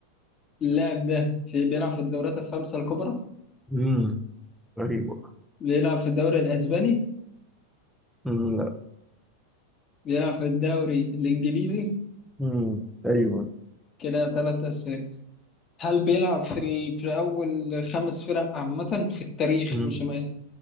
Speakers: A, on the left; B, in the centre.
A: اللاعب ده في بيلعب في الدوريات الخمسة الكبرى
B: أمم، أيوة
A: بيلعب في الدوري الأسباني
B: أمم، لا
A: بيلعب في الدوري الإنجليزي
B: أمم، أيوة
A: كده ثلاث أسئلة هل بيلعب في ال... في أول خمس فرق عامة في التاريخ
B: أمم،
A: مش ما